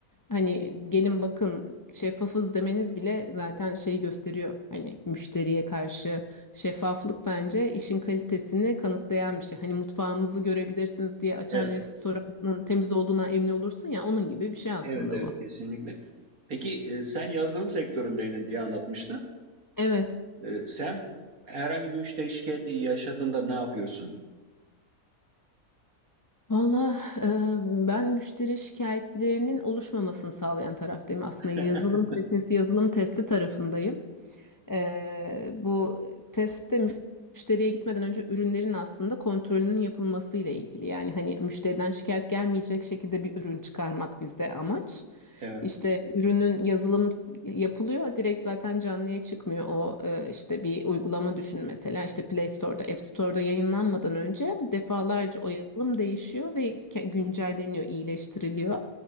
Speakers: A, on the left; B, on the right.
A: hani gelin bakın şeffafız demeniz bile zaten şeyi gösteriyor. Hani müşteriye karşı şeffaflık bence işin kalitesini kanıtlayan bir şey. Hani mutfağımızı görebilirsiniz diye açan
B: evet.
A: restoranın temiz olduğuna emin olursun ya onun gibi bir şey aslında
B: Evet, evet,
A: bu.
B: kesinlikle. Peki e, sen yazılım sektöründeydin diye anlatmıştın.
A: Evet.
B: E, sen herhangi bir müşteri şikayeti yaşadığında ne yapıyorsun?
A: Valla e, ben müşteri şikayetlerinin oluşmamasını sağlayan taraftayım aslında.
B: <laughs>
A: Yazılım kalitesi, yazılım testi tarafındayım. Ee, bu testte müşteriye gitmeden önce ürünlerin aslında kontrolünün yapılması ile ilgili. Yani hani müşteriden şikayet gelmeyecek şekilde bir ürün çıkarmak bizde amaç.
B: Evet.
A: İşte ürünün yazılım yapılıyor. Direkt zaten canlıya çıkmıyor. O e, işte bir uygulama düşün mesela. işte Play Store'da, App Store'da yayınlanmadan önce defalarca o yazılım değişiyor ve ke- güncelleniyor, iyileştiriliyor.